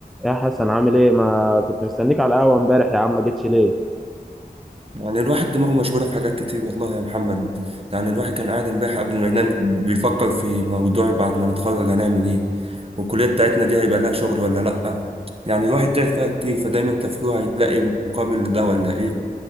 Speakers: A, in the centre; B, on the right.
A: يا حسن عامل ايه ما كنت مستنيك على القهوه امبارح يا عم ما جيتش ليه
B: يعني الواحد دماغه مشغولة في حاجات كتير والله يا محمد يعني الواحد كان قاعد امبارح قبل ما ينام بيفكر في موضوع بعد ما نتخرج هنعمل ايه والكلية بتاعتنا دي هيبقى لها شغل ولا لأ يعني الواحد تعب فيها كتير فدايما تفكيره هيلاقي مقابل لده ولا ايه